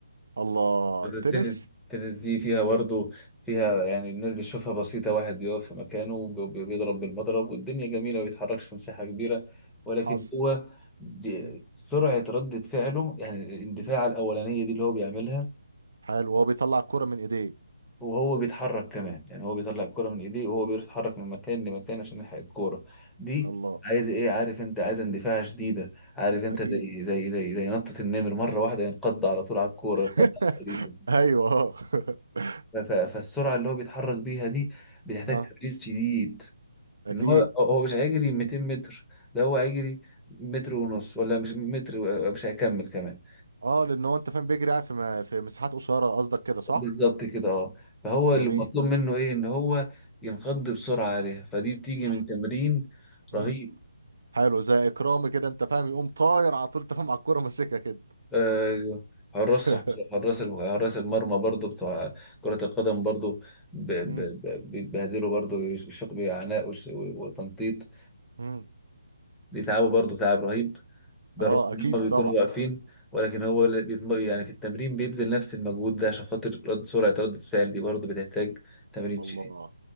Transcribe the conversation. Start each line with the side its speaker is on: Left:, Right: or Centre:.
Right: الله
Centre: التنس
Right: التنس
Centre: التنس دي فيها برضه فيها يعني الناس بتشوفها بسيطة واحد بيقف في مكانه وبي- بيضرب بالمضرب والدنيا جميلة ما بيتحركش في مساحة كبيرة ولكن
Right: حصل
Centre: هو دي-
Right: مم.
Centre: سرعة ردة فعله يعني الاندفاع
Right: مم.
Centre: الأولانية دي اللي هو بيعملها
Right: حلو هو بيطلع الكرة من ايديه
Centre: وهو بيتحرك كمان يعني هو بيطلع الكرة من ايديه وهو بيتحرك من مكان لمكان عشان يلحق الكورة دي
Right: الله
Centre: عايز ايه عارف انت عايز اندفاع شديدة عارف انت
Right: اكيد
Centre: زي زي زي زي نطة النمر مرة واحدة ينقض على طول على الكورة
Right: <laughs>
Centre: ينقض على الحديث
Right: ايوه اه <laughs>
Centre: ف- ف- فالسرعه اللي هو بيتحرك بيها دي بتحتاج
Right: اه
Centre: تمرين شديد
Right: اكيد
Centre: ان هو هو مش هيجري 200 متر ده هو هيجري متر ونص ولا مش متر و- مش هيكمل كمان
Right: اه لان هو انت فاهم بيجري يعني في م- في مساحات قصيرة قصدك كده صح
Centre: بالظبط كده اه فهو
Right: جميل
Centre: اللي مطلوب منه ايه ان هو ينقض بسرعه عليها فدي بتيجي
Right: <laughs>
Centre: من تمرين
Right: ح- مم.
Centre: رهيب
Right: حلو زي اكرامي كده انت فاهم يقوم طاير على طول تفهم على الكرة ماسكها كده
Centre: آه، حراس
Right: <laughs>
Centre: حراس حراس المرمى برضو بتوع كرة القدم برضو ب-
Right: مم.
Centre: ب- ب- بيتبهدلوا برضو بشق بعناء وش- وتنطيط
Right: مم.
Centre: دي تعبه برضه تعب رهيب بالرغم
Right: اه
Centre: ان
Right: اكيد
Centre: هم
Right: طبعا
Centre: بيكونوا واقفين ولكن هو اللي بي- يعني في التمرين بيبذل نفس المجهود ده عشان خاطر رد سرعة رد الفعل دي برضه بتحتاج تمرين
Right: الله
Centre: شديد